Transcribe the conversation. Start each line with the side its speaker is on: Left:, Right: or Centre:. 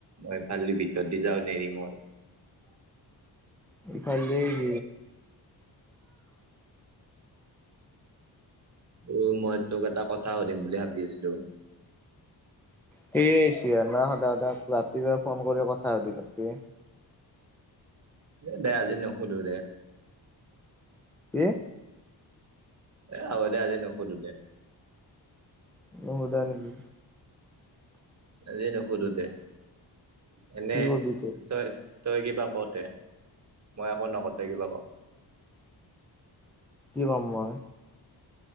Right: মই ভাল ভিতৰত দি যাওঁ নেৰিম আৰু।
Centre: এই খাল দেছ
Right: উম মই তোক এটা কথা সুধিম বুলি ভাবি আছিলো।
Centre: সেই সিয়ানা দাদাই সাক ৰাতিপুৱাই ফোন কৰি কথা চাৰ দি কাটপি
Right: দে আজি নুসুধো দে।
Centre: কি?
Right: আৰু দে আজি নহদু দে।
Centre: নোহুদা নেকি?
Right: আজি নোহুডু দে। এনে
Centre: কি কবি
Right: তই তই কিবা কতে। মই আকৌ নকতোই কিবা ক।
Centre: কি কম মই